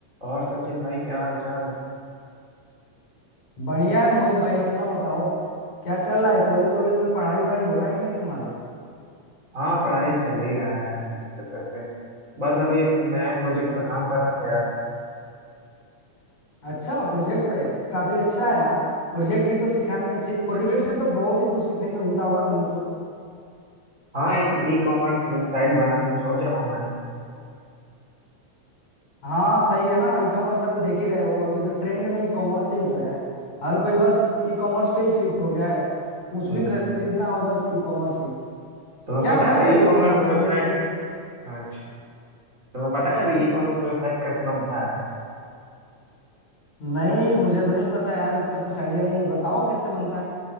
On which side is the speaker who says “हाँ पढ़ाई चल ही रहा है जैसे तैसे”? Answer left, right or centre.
Right